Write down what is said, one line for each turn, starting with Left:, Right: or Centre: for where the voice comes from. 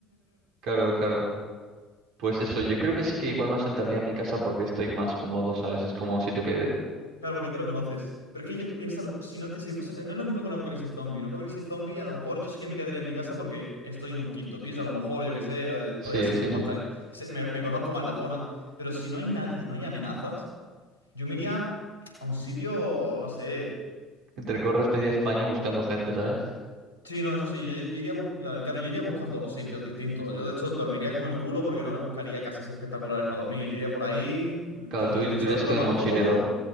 Right: Claro, claro. Pues eso, yo creo que sí que igual me asentaría en mi casa porque estoy más cómodo, ¿sabes? Es como un sitio que...
Left: Claro, porque te lo conoces. Pero es que yo, piénsalo, si no te, si fuese, no es lo mismo que un apocalipsis zombie. Un apocalipsis zombie, a lo mejor yo sí que me quedaría en mi casa porque estoy en un quinto piso, a lo mejor, yo qué sé, eh, estoy
Right: Sí,
Left: así
Right: sí,
Left: como más
Right: sí.
Left: tranquilo. Me, me conozco más la zona. Pero si no hay nadie, no hay amenazas. Yo me iría a un sitio, no sé.
Right: Intercorres media España buscando gente, ¿sabes?
Left: Sí, no, eso sí, yo, yo iría bus- claro, yo iría buscando sitios distintos. Yo de hecho dormiría como el culo porque no me buscaría casas espectaculares para dormir. Yo iría por ahí
Right: Claro,
Left: y lo-
Right: tú, ir-
Left: de hecho
Right: tú irías
Left: lo
Right: que de
Left: más
Right: mochilero.
Left: cómodo,